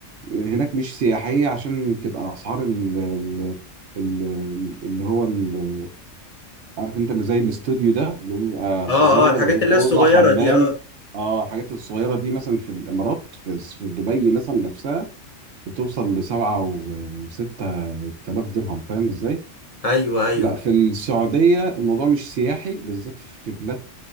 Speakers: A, on the right (about 65°); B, on the left (about 40°).
A: هناك مش سياحية عشان تبقى أسعار ال- ال- ال- اللي هو ال- عارف أنت اللي زي الاستوديو ده اللي هو بيبقى
B: اه
A: صغير
B: اه الحاجات
A: يا دوب
B: اللي
A: أوضة
B: هي الصغيرة
A: حمام
B: دي اه
A: اه الحاجات الصغيرة دي مثلا في الإمارات في في دبي مثلا نفسها بتوصل لسبعة وستة آلاف درهم فاهم إزاي؟
B: ايوه ايوه
A: لا في السعودية الموضوع مش سياحي بالذات في بلاد